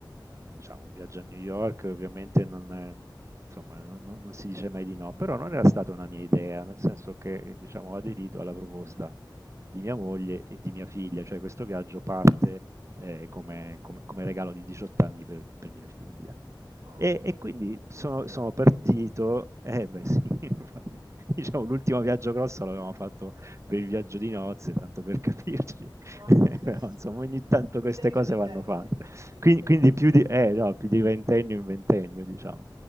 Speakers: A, on the right (about 35°); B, on the right (about 65°).
A: diciamo, un viaggio a New York ovviamente non è- insomma, non, non- non si dice mai di no, però non era stata una mia idea, nel senso che eh, diciamo, ho aderito alla proposta di mia moglie e di mia figlia, cioè questo viaggio parte eh, come, come- come regalo di 18 anni per per mia figlia.
B: No,
A: E
B: ok,
A: e quindi sono
B: bel regalo.
A: sono partito eh beh sì, <laughs> infatti, diciamo l'ultimo viaggio grosso l'avevamo fatto per il viaggio di nozze, tanto per capirci,
B: Ah,
A: <laughs>
B: ok,
A: però
B: sì.
A: insomma ogni tanto
B: Di
A: queste
B: decade
A: cose
B: in
A: vanno
B: decade,
A: fatte.
B: ogni due
A: Quin
B: decadi,
A: quindi
B: giustamente
A: più di eh no,
B: sì,
A: più di ventennio in ventennio diciamo.